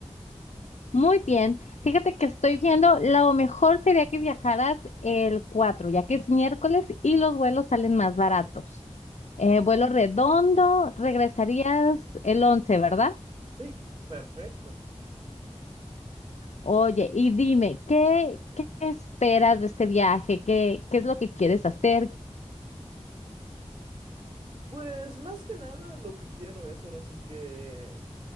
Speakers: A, on the left; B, on the right.
A: Muy bien. Fíjate que estoy viendo, lo mejor sería que viajaras el 4, ya que es miércoles y los vuelos salen más baratos. Eh,
B: Oh,
A: vuelo redondo, regresarías el 11, ¿verdad?
B: sí, perfecto.
A: Oye, y dime, ¿qué, qué esperas de este viaje? ¿Qué, qué es lo que quieres hacer?
B: Pues más que nada lo que quiero es ahora sí que